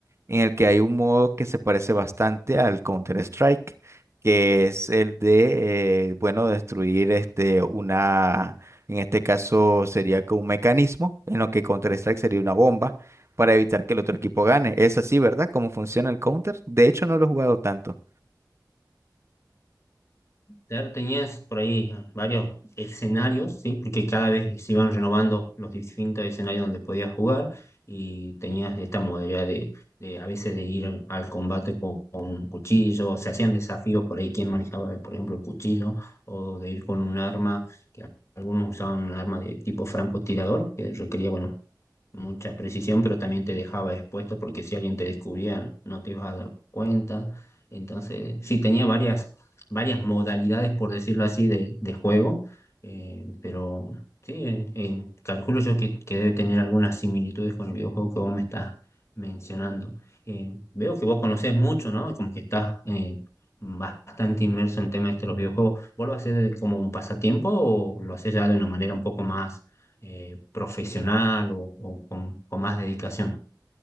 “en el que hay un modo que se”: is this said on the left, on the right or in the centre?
Right